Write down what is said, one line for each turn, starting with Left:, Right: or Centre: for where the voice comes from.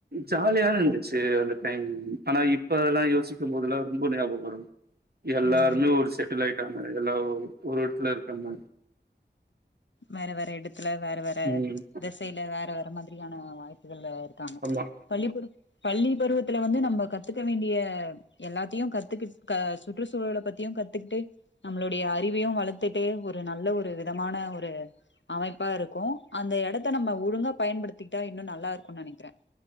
Right: ஜாலியான இருந்துச்சு அந்த டைம் ஆனா இப்ப அதெல்லா யோசிக்கு போதொல்லா ரொம்ப ஞாபகோ வரு எல்லாருமே
Left: ம்
Right: ஒரு செட்டில் ஆகிட்டாங்க எல்லா ஒ ஒரு இடத்துல இருக்காங்க
Left: வேற வேற இடத்துல வேற வேற
Right: ம்
Left: திசையில வேற வேற மாதிரியான வாய்ப்புகள்ள இருக்கு தாமு
Right: ஆமா
Left: பள்ளி பருவ பள்ளி பருவத்துல வந்து நம்ம கத்துக்க வேண்டிய எல்லாத்தையு கத்துக்கிட் க சுற்றுச்சூழல பத்தியு கத்துக்கிட்டு நம்மளுடைய அறிவையு வளர்த்துட்டு ஒரு நல்ல ஒரு விதமான ஒரு அமைப்பா இருக்கு அந்த இடத்த நம்ம ஒழுங்கா பயன்படுத்திட்டா இன்னு நல்லா இருக்கு நெனைக்கிறே